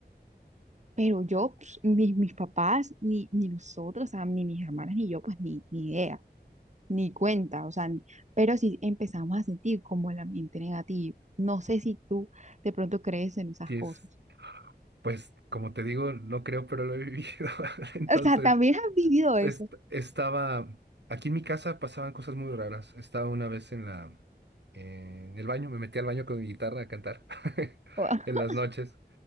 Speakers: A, on the right (about 40°); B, on the right (about 80°).
A: Pero yo, pues, ni mis papás, ni, ni nosotros, o sea, ni mis hermanas, ni yo, pues ni, ni idea. ni cuenta, o sea, n- pero sí empezamos a sentir como el ambiente negativo. No sé si tú de pronto crees en esas
B: Sí
A: cosas.
B: es, pues como te digo, no creo, pero lo he vivido. <laughs>
A: <laughs>
B: Entonces,
A: O sea, también has vivido eso.
B: est- estaba, aquí en mi casa pasaban cosas muy raras. Estaba una vez en la, en el baño, me metí al baño con mi guitarra a cantar <laughs>
A: <laughs>
B: en las noches.